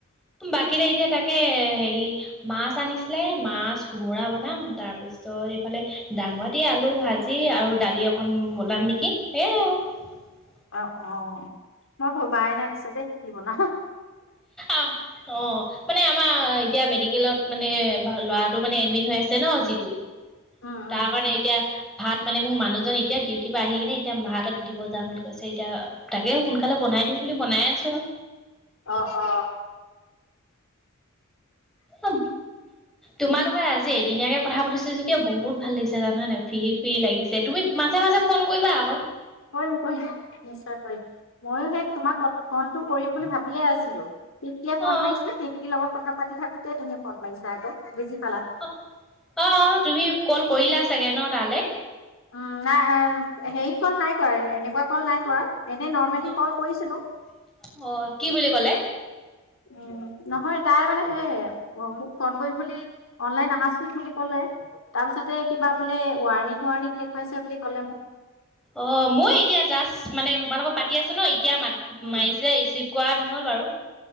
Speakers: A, in the centre; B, on the left (about 70°).
A: বাকী এতিয়া তাকে হেৰি মাছ আনিছিলে মাছ কোমোৰা বনাম তাৰ পিছত। তাৰত এইফালে দাংবডি, আলু ভাজি আৰু দালি অকণ বনাম নেকি সেইয়াই আৰু। <unintelligible>
B: অ অ মই ভবাই নাই পিছ দেই কি বনাম।
A: আহ অ মানে আমাৰ। এতিয়া মেডিকেলত মানে ল'ৰাটো মানে এডমিট হৈ আছে ন যিটো।
B: উম,
A: তাৰ
B: উম।
A: কাৰণে এতিয়া। ভাত মানে মোৰ মানুহজন এতিয়া ডিউটিৰ পৰা আহি কিনে এতিয়া ভাতত দিব যাম বুলি কৈছে এতিয়া। তাকে সোনকালে বনাই দিওঁ বুলি বনাই আছো আৰু।
B: অ অ।
A: অ তোমালোকৰ আজি। ধিনীয়াকে কথা পাতিছো যদিও বহুত ভাল লাগিছে জান নাই ফি ফি লাগিছে তুমি মাজে মাজে ফোন কৰিবা আকৌ।
B: কৰিম কৰিম নিশ্চয় কৰিম ময়ো সেই তোমাৰ ক ফনটো কৰিম বুলি ভাবিয়ে আছিলো পিকিয়ে ফোন
A: অ
B: মাৰিছিলে প্তিৰ লগত। কথা পাতি থাকোতেই তুমি ফোন মাৰিছা আক বিজি
A: অ অ অ তুমি কল কৰিলা চাগে ন তালে
B: উম নাই হেৰি কল নাই কৱা এনেকুৱা কল নাই কৰা এনেই নৰ্মেলি
A: অ'
B: কল কৰিছিলো
A: অ কি বুলি ক'লে?
B: উম নহয় তাই মানে সেয় মোক ফোন কৰিম বুলি অনলাইন আহাচোন বুলি কলে তাৰপিছতে কিবা বোলে ৱাৰ্ণিং ৱাৰণিং দেখুৱাইছে বুলি কলে মোক।
A: অ মই এতিয়া জাষ্ট মানে তোমালোকৰ পাতি আছো ন এতিয়া মা
B: উম,
A: মাৰিছে ৰিছি ভ কৰা নহল বাৰু।